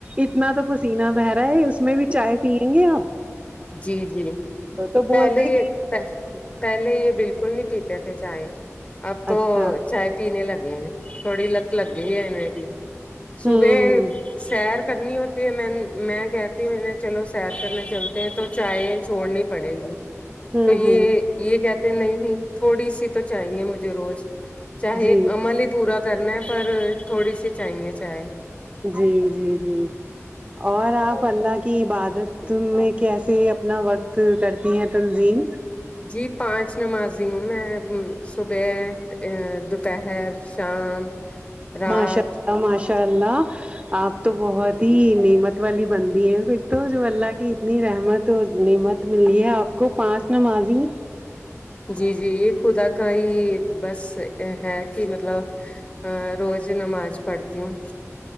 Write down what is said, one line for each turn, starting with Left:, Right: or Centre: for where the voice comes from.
Right: اتنا تو پسینہ بہ رہا ہے اس میں بھی چائے پیئیں گے آپ
Left: جی جی
Right: تو
Left: پہلے
Right: بولتے
Left: یہ
Right: کہ
Left: پہلے یہ بالکل نہیں پیتے تھے چائے اب تو
Right: اچھا
Left: چائے پینے لگے ہیں تھوڑی لت لگی ہے ای بھی
Right: ہوں
Left: صبح سیر کرنی ہوتی ہے میں میں کہتی ہوں چلو سیر کرنے چل تو چائے چھوڑنی پڑے گی
Right: ہوں
Left: تو یہ
Right: ہوں
Left: یہ کہتے نہیں تھوڑی سی تو چاہیے مجھے روز چاہے
Right: جی
Left: امل پورا کرنا ہے پر تھوڑی سی چاہیے چائے
Right: جی جی جی اور آپ اللہ کی عبادت میں کیسے اپنا وقت کرتی ہیں تنظیم
Left: جی پانچ نمازی ہوں میں صبح دوپہر شام
Right: ہ
Left: رات
Right: ماشاء اللہ ماشاء اللہ آپ تو بہت ہی نعمت والی بندی ہیں پھر تو جو اللہ کی اتنی رحمت اور نعمت ملی ہے آپ کو پانچ نمازی
Left: جی جی یہ خدا کا ہی بس ہے کہ مطلب ا روز نماز پڑھتی ہوں